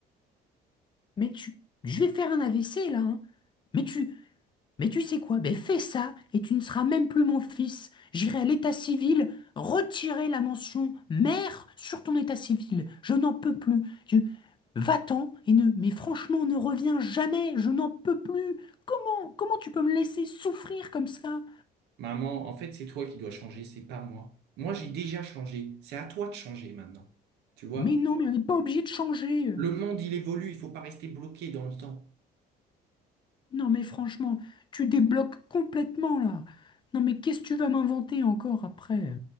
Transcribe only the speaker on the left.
Mais tu. Je vais faire un AVC là. hein. Mais tu. Mais tu sais quoi? Ben fais ça et tu ne seras même plus mon fils. J'irai à l'état civil retirer la mention mère sur ton état civil. Je n'en peux plus. Je... Va-t'en et ne. Mais franchement, ne reviens jamais. Je n'en peux plus. Comment? Comment tu peux me laisser souffrir comme ça?
Mais non, mais on n'est pas obligé de changer.
Non, mais franchement, tu débloques complètement là. Non, mais qu'est-ce que tu vas m'inventer encore après?